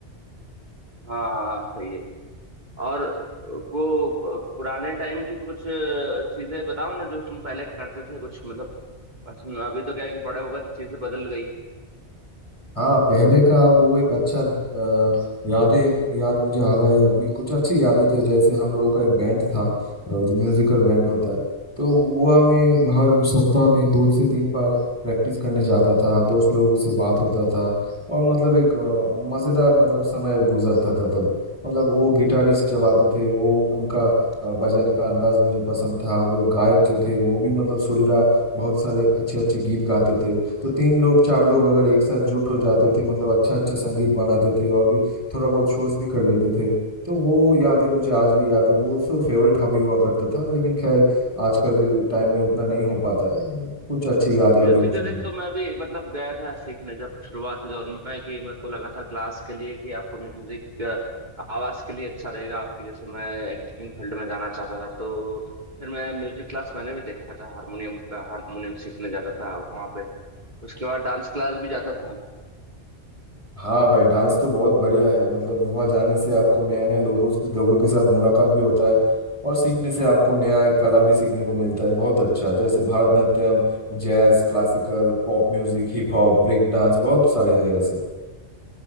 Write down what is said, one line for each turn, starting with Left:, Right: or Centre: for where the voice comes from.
Right: हाँ हाँ हाँ, सही है और वो पुराने टाइम की कुछ चीजें बताओ ना जो तुम पहले करते थे कुछ मतलब पसंद- अभी तो क्या है कि बड़े हो गए तो चीजें बदल गई
Left: हाँ पहले का वो एक अच्छा अ, यादें याद मुझे आ रहा है अभी कुछ अच्छी यादें थे जैसे हम लोगों का एक बैंड था अ, जो म्यूजिकल बैंड होता है तो वो हमें हर सप्ताह में दो से तीन बार प्रैक्टिस करने जाता था दोस्त लोगों से बात होता था और मतलब एक अ, मजेदार मतलब समय गुजरता था तब मतलब वो गिटारिस्ट जब आते थे वो उनका अ, बजाने का अंदाज मुझे पसंद था वो गायक जो थे वो भी मतलब सुरीला बहुत सारे अच्छे अच्छे गीत गाते थे तो तीन लोग चार लोग अगर एक साथ जुट हो जाते थे मतलब अच्छा अच्छा संगीत बनाते थे और भी थोड़ा बहुत शोज भी कर लेते थे तो वो यादें मुझे आज भी याद है वो सब फेवरेट हॉबी हुआ करता था लेकिन खैर आजकल के टाइम में उतना नहीं हो पाता है लेकिन कुछ अच्छी यादें
Right: म्यूजिक
Left: अभी भी
Right: व्यूजिक
Left: जुड़ी
Right: तो मैं भी मतलब गया था सीखने जब शुरुआती दौर में कि मेरे को लगा था क्लास के लिए कि आपको म्यूजिक अ, आवाज के लिए अच्छा रहेगा आपकी जैसे मैं एक्टिंग फील्ड में जाना चाहता था तो फिर मैं म्यूजिक क्लास मैंने भी देखा था हारमोनियम का हारमोनियम सीखने जाता था वहाँ पे उसके बाद डांस क्लास भी जाता था
Left: हाँ भाई डांस तो बहुत बढ़िया है मतलब वहाँ जाने से आपको नए नए लोगों से लोगों के साथ मुलाकात भी होता है और सीखने से आपको नया एक कला भी सीखने को मिलता है बहुत अच्छा जैसे Bharatanatyam jazz classical pop music hip hop break dance बहुत सारे हैं ऐसे